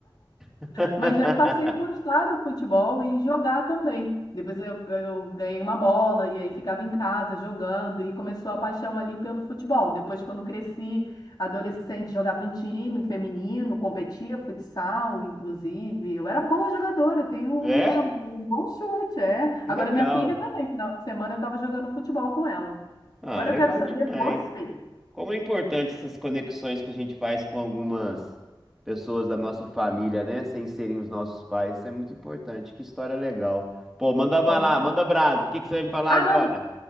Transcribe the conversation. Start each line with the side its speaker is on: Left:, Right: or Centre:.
Centre: <laughs>
Left: Mas eu passei a gostar do futebol e jogar também. Depois eu, eu ganhei uma bola e aí ficava em casa jogando e começou a paixão ali pelo futebol. Depois, quando cresci, adolescente, jogava em time feminino, competia futsal, inclusive. Eu era boa jogadora, tenho uma,
Centre: É?
Left: um bom chute, é.
Centre: Que
Left: Agora
Centre: legal.
Left: minha filha também, final de semana eu estava jogando futebol com ela.
Centre: Ah,
Left: Agora
Centre: legal
Left: eu quero saber
Centre: demais.
Left: você.
Centre: Como é importante essas conexões que a gente faz com algumas pessoas da nossa família, né? Sem serem os nossos pais. Isso é muito importante. Que história legal. Pô, manda uma
Left: Pois
Centre: lá,
Left: é.
Centre: manda brasa. O que que você vai me falar
Left: Ah,
Centre: agora?
Left: não,